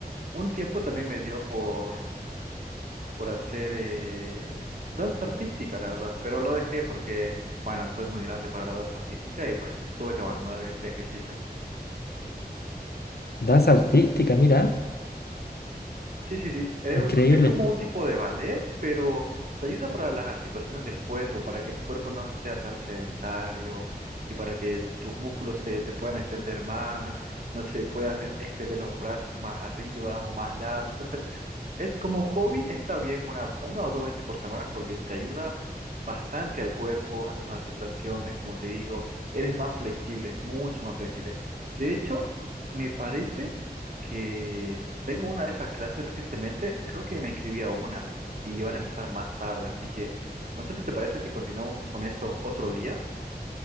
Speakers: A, on the right; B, on the left.
A: Un tiempo también me dio por, por hacer eh, danza artística, la verdad, pero lo dejé porque, bueno, soy muy grande para la danza artística y pues tuve que abandonar el ejercicio.
B: Danza artística, mira.
A: Sí, sí, sí. Es,
B: Increíble.
A: es como un tipo de ballet, pero te ayuda para las articulaciones del cuerpo, para que tu cuerpo no sea tan sedentario y para que tus músculos se, se puedan extender más, no sé, puedas extender los brazos más arriba o más largos. Entonces, es como hobby, está bien una, una o dos veces por semana porque te ayuda bastante al cuerpo, a tus articulaciones, como te digo, eres más flexible, mucho más flexible. De hecho, me parece que tengo una de esas clases recientemente, creo que me inscribí a una y van a empezar más tarde, así que no sé si te parece si continuamos con esto otro día.